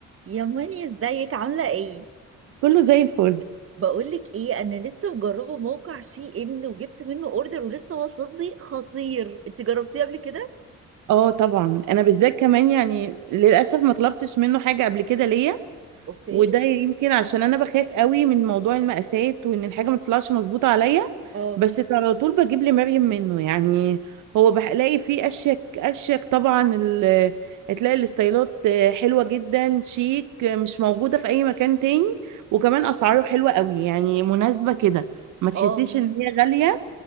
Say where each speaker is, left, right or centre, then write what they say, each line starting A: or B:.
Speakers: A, on the right (about 45°); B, on the right (about 80°).
A: يا ماني ازيك عاملة ايه؟
B: كله زي الفل
A: بقولك ايه انا لسه مجربة موقع شي ان وجبت منه اوردر ولسه واصل لي خطير انت جربتيه قبل كده؟
B: اه طبعا انا بالذات كمان يعني للاسف ما طلبتش منه حاجه قبل كده ليا
A: اوكي
B: وده يمكن عشان انا بخاف قوي من موضوع المقاسات وان الحاجه ما تطلعش مظبوطه عليا
A: اه
B: بس على طول بجيب لمريم منه يعني هو بلاقي فيه اشيك اشيك طبعا ال- تلاقي الاستايلات حلوه جدا شيك مش موجوده في اي مكان تاني وكمان اسعاره حلوه قوي يعني مناسبه كده ما تحسيش
A: اه
B: ان هي غاليه